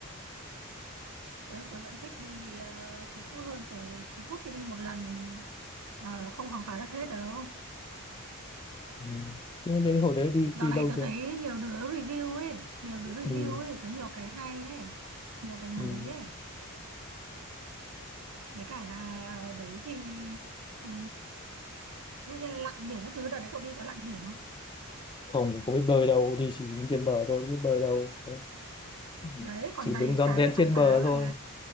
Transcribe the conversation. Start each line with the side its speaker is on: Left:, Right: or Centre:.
Right: tớ tớ vẫn thích đi ờ, Phú Quốc hơn Tới Phú Quốc thì đi một lần ờ, không khám phá được hết đâu
Left: Ừ. Thế đấy hồi đấy đi
Right: dạo
Left: đi
Right: này
Left: đâu
Right: tớ
Left: chưa?
Right: thấy nhiều đứa review ấy nhiều đứa
Left: Ừ.
Right: review ấy có nhiều cái hay ấy nhiều cái mới
Left: Ừ.
Right: ấy mấy cả là ở đấy thì ờ, dụ như lặn biển các thứ đợt đấy cậu đi có lặn biển không
Left: Không có biết bơi đâu, đi chỉ đứng trên bờ thôi, không biết bơi đâu. Thế. Ừ.
Right: đấy còn
Left: Chỉ
Right: đầy
Left: đứng rón
Right: cái
Left: rén
Right: để khám
Left: trên
Right: phá
Left: bờ
Right: mà
Left: thôi.